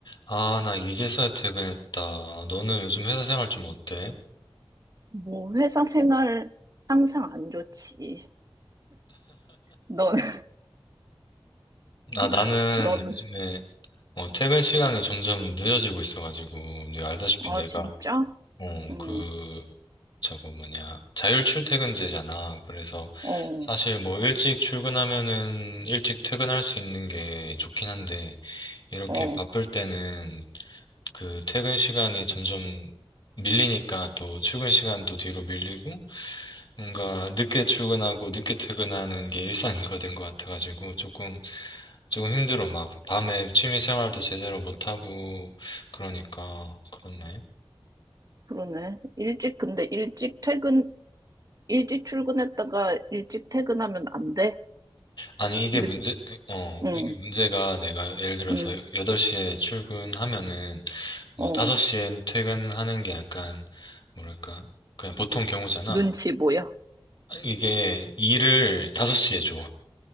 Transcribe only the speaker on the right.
뭐, 회사 생활 항상 안 좋지. 너는,
<laughs>
너는,
아,
진짜?
응,
어,
어,
그러네. 일찍, 근데 일찍 퇴근, 일찍 출근했다가 일찍 퇴근하면 안 돼?
늦,
응,
응,
어,
눈치 보여.